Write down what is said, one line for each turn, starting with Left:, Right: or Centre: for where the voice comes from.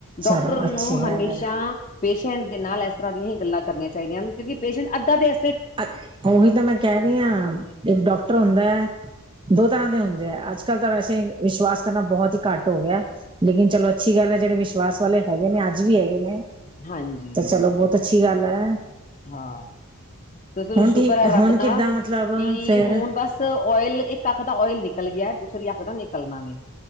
Left: ਡਾਕਟਰ
Right: ਚਲੋ
Left: ਨੂੰ
Right: ਅੱਛੀ ਗੱਲ
Left: ਹਮੇਸ਼ਾ
Right: ਹੈ
Left: ਪੇਸ਼ੈਂਟ ਦੇ ਨਾਲ ਏਸ ਬਾਲਿਆਂ ਹੀ ਗੱਲਾਂ ਕਰਨੀਆਂ ਚਾਹੀਦੀਆਂ ਹਨ। ਕਿਉਂ ਕਿ ਪੇਸ਼ੰਟ ਅੱਧਾ ਤੇ ਇਹ
Right: ਅ ਉਹੀ ਤਾਂ ਮੈਂ ਕਹਿ ਰਹੀ ਹਾਂ। ਇੱਕ ਡਾਕਟਰ ਹੁੰਦਾ ਦੋ ਤਰ੍ਹਾਂ ਦੇ ਹੁੰਦੇ ਆ। ਅੱਜ ਕੱਲ੍ਹ ਤਾਂ ਵੈਸੇ ਵਿਸ਼ਵਾਸ ਕਰਨਾ ਬਹੁਤ ਹੀ ਘੱਟ ਹੋ ਗਿਆ। ਲੇਕਿਨ ਚਲੋ, ਅੱਛੀ ਗੱਲ ਪਹਿਲਾਂ ਜਿਹੜੇ ਵਿਸ਼ਵਾਸ ਵਾਲੇ ਹੈਗੇ ਨੇ, ਅੱਜ ਵੀ ਹੈਗੇ ਨੇ
Left: ਹਾਂਜੀ।
Right: ਤੇ ਚਲੋ ਬਹੁਤ ਅੱਛੀ ਗੱਲ ਐ।
Left: ਹਾਂ ਚਲੋ ਸ਼ੁਕਰ
Right: ਠੀਕ
Left: ਹੈ ਰੱਬ
Right: ਹੁਣ
Left: ਦਾ
Right: ਕਿੱਦਾਂ ਮਤਲਬ
Left: ਕਿ
Right: ਫੇਰ
Left: ਹੁਣ ਬਸ ਓਇਲ ਇੱਕ ਅੱਖ ਦਾ ਓਇਲ ਨਿਕਲ ਗਿਆ, ਦੂਸਰੀ ਅੱਖ ਦਾ ਨਿਕਲਣਾ ਵੇ।